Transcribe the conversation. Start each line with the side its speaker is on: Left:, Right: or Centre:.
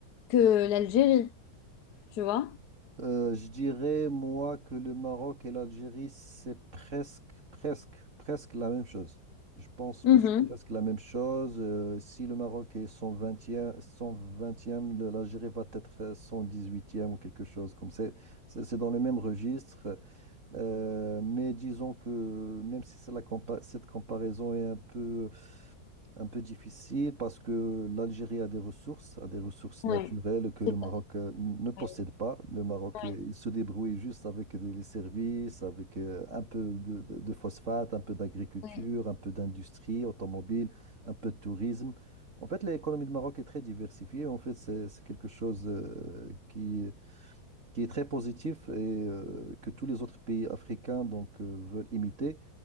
Left: que l'Algérie, tu vois?
Right: Euh, je dirais, moi, que le Maroc et l'Algérie, c'est presque, presque, presque la même chose. Je pense que
Left: Mhm.
Right: c'est presque la même chose. Euh, si le Maroc est 120 vingtième, 120 vingtième, le- l'Algérie va être euh, cent dix-huitième ou quelque chose comme ça. C'est c'est dans le même registre. Euh, mais disons que même si c'est la compa- cette comparaison est un peu un peu difficile parce que l'Algérie a des ressources, a des ressources
Left: Oui.
Right: naturelles que le
Left: C'est-
Right: Maroc euh, ne possède
Left: Oui,
Right: pas. Le Maroc,
Left: oui,
Right: euh, il se débrouille juste avec des, les services, avec euh, un peu de, de- de phosphate, un peu d'agriculture,
Left: oui,
Right: un peu d'industrie automobile, un peu de tourisme. En fait, l'économie du Maroc est très diversifiée. En fait, c'est c'est quelque chose euh, qui, qui est très positif et euh, que tous les autres pays africains donc, euh, veulent imiter.